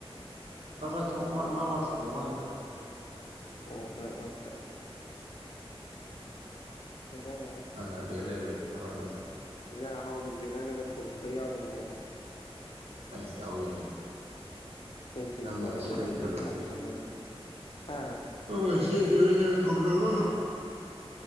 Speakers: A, on the right; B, on the left.
A: ꯈꯔ ꯈꯔ ꯊꯣꯡꯉꯣ ꯃꯃꯛꯇ ꯊꯣꯡꯕ ꯋꯥꯅꯤꯗ
B: ꯑꯣ ꯃꯔꯛ ꯃꯔꯛꯇ ꯌꯦꯟꯖꯥꯡ
A: ꯅ ꯔꯦꯟ ꯂꯩꯕꯩ ꯅꯥꯋꯥꯂꯧꯗꯦ
B: ꯑꯦꯟꯖꯥꯡ ꯑꯍꯥꯎꯖꯦ ꯅꯪꯅꯒ ꯊꯣꯡꯕꯒ ꯌꯥꯎꯒꯕꯣ
A: ꯑꯦ ꯌꯥꯎꯏ ꯀꯩꯅꯣ
B: ꯀꯩꯀꯩ
A: ꯅꯪꯅ
B: ꯊꯣꯡꯗꯕ
A: ꯁꯤ ꯂꯩꯖꯕꯒꯤ
B: ꯉ ꯊꯣꯡꯅꯕ ꯍꯥꯥ
A: ꯑꯁ ꯈꯔ <unintelligible>